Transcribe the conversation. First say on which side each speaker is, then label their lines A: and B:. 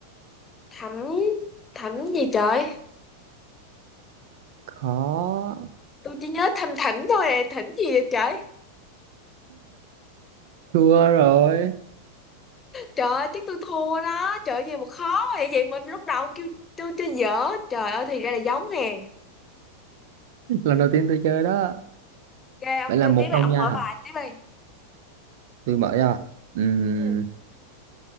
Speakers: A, on the left; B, on the right.
A: Thẳm, thẳm gì trời?
B: khó
A: Tôi chỉ nhớ thầm thẳm thôi à, thẳm gì vậy trời?
B: thua rồi
A: Trời ơi, tiếc tôi thua đó. Trời ơi, gì mà khó vậy? Vậy mình lúc đầu kêu tôi tôi dở. Trời ơi, thì ra là giống nè.
B: lần đầu tiên tôi chơi đó
A: Ok, ông
B: vậy là
A: chơi
B: một
A: tiếp này,
B: không
A: ông
B: nha
A: mở bài tiếp đi.
B: tôi mở ra Ừm,
A: Ừ.